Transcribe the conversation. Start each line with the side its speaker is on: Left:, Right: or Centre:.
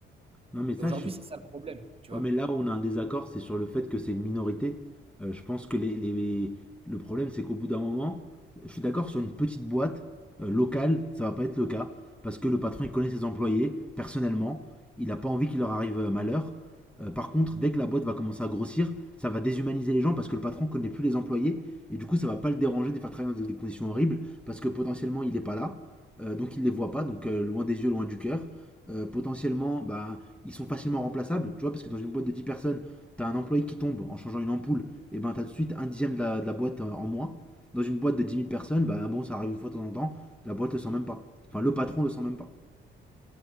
Centre: Non, mais ça,
Right: Et aujourd'hui,
Centre: je suis
Right: c'est ça le problème, tu vois.
Centre: Ouais, mais là où on a un désaccord, c'est sur le fait que c'est une minorité. Euh, je pense que les, les- le problème, c'est qu'au bout d'un moment, je suis d'accord sur une petite boîte euh, locale, ça va pas être le cas, parce que le patron, il connaît ses employés, personnellement, il n'a pas envie qu'il leur arrive euh, malheur. Euh, par contre, dès que la boîte va commencer à grossir, ça va déshumaniser les gens parce que le patron connaît plus les employés et du coup, ça va pas le déranger de les faire travailler dans des des conditions horribles parce que potentiellement, il n'est pas là, euh, donc il les voit pas, donc euh, loin des yeux, loin du cœur euh, potentiellement, bah, ils sont facilement remplaçables, tu vois, parce que dans une boîte de 10 personnes, t'as un employé qui tombe en changeant une ampoule, et ben t'as tout de suite un dixième de la, de la boîte euh, en moins. Dans une boîte de dix mille personnes, bah bon, ça arrive une fois de temps en temps, la boîte le sent même pas. Enfin, le patron le sent même pas.